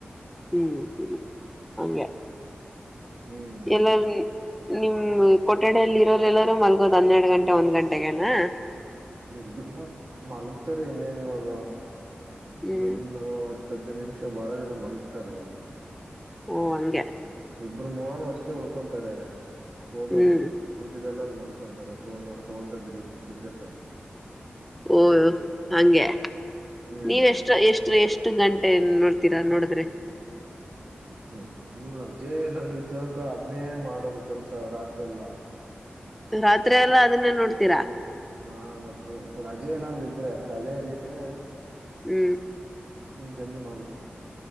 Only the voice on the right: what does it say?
ಹ್ಮ್ ಹೌದು
ಇದ್ದ ಮಲಗ್ತಾರೆ ಇನ್ನೇನ್ ಇವಾಗ
ನನ್ನ ಹದಿನೈದು ನಿಮಿಷ ಬಾಳ ಜನ ಮಲ್ ತ್ತರವ
ಇಬ್ರು ಮೂವರು ಅಷ್ಟೇ ಉಳ್ಕೊಂತಾರೆ ಓದೋದು
ಉಳ್ಕಿದೆಲ್ಲ ಮಲ್ಕೊಂತಾರೆ ಫೋನ್ ನೋಡ್ಕೋಂತ ಬ ಬಿದ್ದಿರ್ತಾರೆ
ಹ್ಮ್
ನ ರಜೆ ಏನ ತನಕ ಅದನೇ ಮಾಡೋದು ಕೆಲ್ಸ ರಾತ್ರಿ ಎಲ್ಲ
ನಾ ರಜೆ ಏನಲ್ ಇದ್ರೆ ರಜೆ ಇರ್ಲಿಿಕ್ರೆ
ನಿಮ್ ಜಲ್ದಿ ಮಾಡ್ಬೋದು